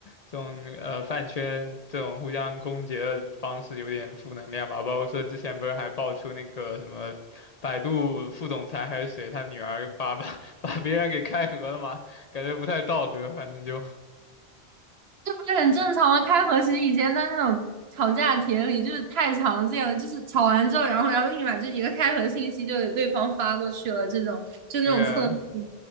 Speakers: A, on the left; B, on the right.
A: 这种呃饭圈这种互相攻讦的方式有点负能量吧。包括说之前不是还爆出那个什么百度副总裁还是谁，他女儿把把 <laughs> 把别人给开盒了嘛，感觉不太道德。反正就
B: 这很正常啊，开和其实以前在那种吵架帖里就是太常见了，就是吵完之后，然后然后立马就一个开合信息就给对方发过去了，这种就那种蹭，
A: <laughs> 对啊，
B: <laughs>